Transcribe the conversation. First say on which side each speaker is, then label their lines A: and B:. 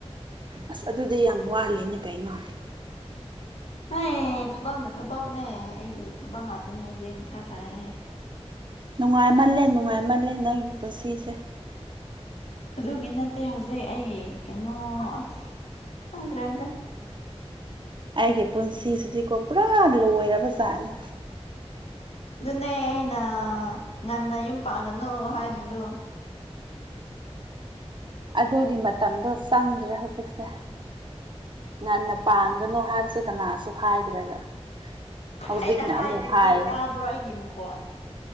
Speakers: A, on the right (about 45°); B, on the left (about 65°).
A: ꯑꯁ ꯑꯗꯨꯗꯤ ꯌꯥꯝ ꯋꯥꯂꯦꯅꯦ ꯀꯩꯅꯣ
B: ꯍ ꯊꯕꯛꯅ ꯊꯕꯛꯅꯦ ꯑꯩꯒꯤ ꯊꯕꯛ ꯉꯥꯛꯇꯅꯦ ꯍꯧꯖꯤꯛ ꯑꯃꯨꯊꯥ ꯁꯥꯏꯦ
A: ꯅꯨꯡꯉꯥꯏꯃꯜꯂꯦ ꯅꯨꯡꯉꯥꯏꯃꯜꯂꯦ ꯅꯪꯒꯤ ꯄꯨꯟꯁꯤꯁꯦ
B: ꯑꯗꯨꯒꯤ ꯅꯠꯇꯦ ꯍꯧꯖꯤꯛ ꯑꯩ ꯀꯩꯅꯣ ꯑꯁ ꯐꯪꯗ꯭ꯔꯦꯗ
A: ꯑꯩꯒꯤ ꯄꯨꯟꯁꯤꯁꯤꯗꯤꯀꯣ ꯄꯨꯔꯥ ꯂꯣꯏꯔꯕꯖꯥꯠꯅꯤ
B: ꯑꯗꯨꯅꯦ ꯑꯩꯅ ꯉꯟꯅ ꯌꯨꯝ ꯄꯥꯡꯒꯅꯨ ꯍꯥꯏꯗꯨꯗꯣ
A: ꯑꯗꯨꯒꯤ ꯃꯇꯝꯗꯣ ꯆꯪꯗ꯭ꯔꯦ ꯍꯧꯖꯤꯛꯁꯦ ꯉꯟꯅ ꯄꯥꯟꯒꯅꯣ ꯍꯥꯏꯕꯁꯦ ꯀꯅꯥꯁꯨ ꯍꯥꯏꯗ꯭ꯔꯦꯒ ꯍꯧꯖꯤꯛꯅ
B: ꯑꯩꯅ ꯍꯥꯏꯗꯨꯗꯤ
A: ꯑꯃꯨꯛ ꯍꯥꯏꯌꯦ
B: ꯇꯥꯕ꯭ꯔꯣ ꯑꯩꯒꯤ ꯃꯈꯣꯟ